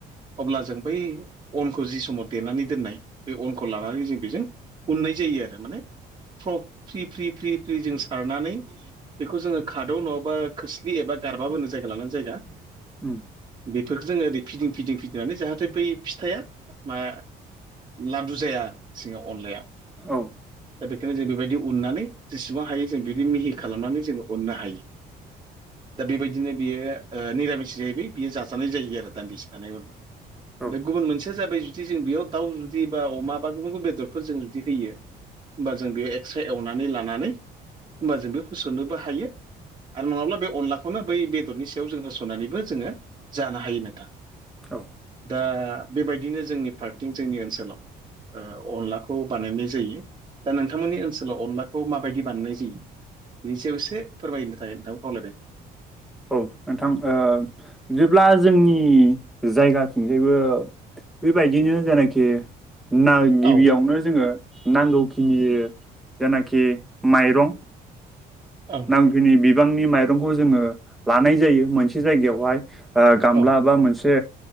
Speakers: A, on the right; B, in the centre.
A: अब्ला जों बै अनखौ जि समाव देनानै दोननाय बे अनखौ लानानै जों बेजों उनाय जायो आरो माने फ्रि फ्रि फ्रि जों सारनानै बेखौ जोङो खादौ नङाबा खोस्लि एबा खादौबो बुङो जायगा लानानै जायगा
B: उम
A: बेफोरफोरखौ जोङो ओरै फिदिं फिदिं फिदिंनानै जाहाथे बै फिथाइया मा लादु जाया आरो सिङाव अनलाया
B: औ
A: दा बेखायनो जों बेबायदि उननानै जेसेबां हायो जों बिदि मिहि खालामनानै जोङो उननो हायो <inaudible> दा बेबायदिनो बियो निरामिस जाहैबाय बियो जाजानाय जायो आरो दान्दिसे थानाय उनाव
B: औ
A: बे गुबुन मोनसेया जाबाय जुदि जों बेयाव दाउ जुदि बा अमा बा गुबुन गुबुन बेदरफोर जों जुदि होयो होमबा जों बे एक्सट्रा एवनानै लानानै होमबा जों बे होसोनोबो हायो आरो नङाब्ला बे अनलाखौनो बै बेदरनि सायाव जों होसोननानैबो जोङो जानो हायो नथां
B: औ
A: दा बेबायदिनो जोंनि फार्थिं जोंनि ओनसोलाव अनलाखौ बानायनाय जायो दा नोंथांमोननि ओनसोलाव अनलाखौ माबायदि बानायनाय जायो बिनि सायावसो फोरमायनो थाखाय नोंथांखौ खावलायबाय
B: औ नोंथां बिदिब्ला जोंनि जायगाथिंजायबो बेबायदिनो जायनाखि ना गिबियावनो
A: औ
B: जोङो नांगौखिनि जेनाखि माइरं
A: ओं
B: नि बिबांनि माइरंखौ जों लानाय जायो मोनसे जायहाय गामला
A: ओं
B: बा मोन एसे